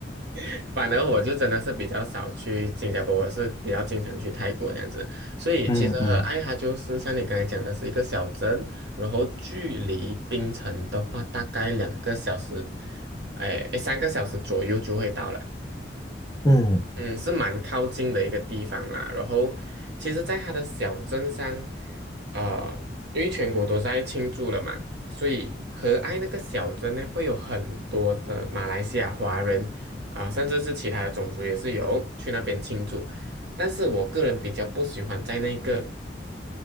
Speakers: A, on the right; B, on the left.
A: <laughs> 反而我就真的是比较少去新加坡，我是比较经常去泰国这样子。所以其实嗯呃爱哈就是像你刚才讲的是一个小镇，
B: 嗯嗯
A: 然后距离槟城的话大概两个小时，哎，诶三个小时左右就会到了。
B: 嗯，
A: 嗯，是蛮靠近的一个地方啦。然后，其实，在它的小镇上，啊，因为全国都在庆祝了嘛，所以和爱那个小镇呢，会有很多的马来西亚华人啊、甚至是其他的种族也是有去那边庆祝。但是我个人比较不喜欢在那个